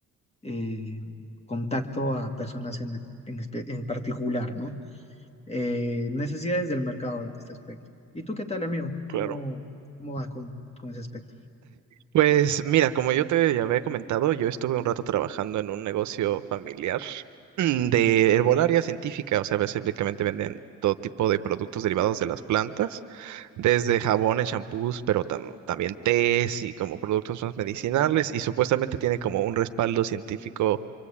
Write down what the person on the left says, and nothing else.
eh, contacto a personas en, en, espe- en particular, ¿no? eh, necesidades del mercado en este aspecto. ¿Y tú qué tal, amigo?
¿Cómo, cómo vas con, con ese aspecto?